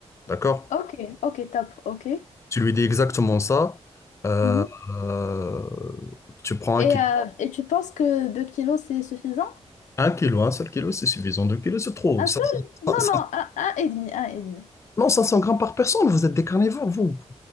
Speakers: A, on the left; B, on the left.
A: D'accord?
B: Ok, ok, top, ok.
A: Tu lui dis exactement ça. Mhm. Euh,
B: Mhm.
A: euh, tu prends
B: Et,
A: un kilo,
B: euh, et tu penses que 2 kilos c'est suffisant?
A: un kilo, un seul kilo, c'est suffisant. Deux kilos, c'est trop.
B: Un
A: 500
B: seul? Non,
A: 500
B: non, un, un et demi, un et demi.
A: non, 500 grammes par personne, vous êtes des carnivores, vous.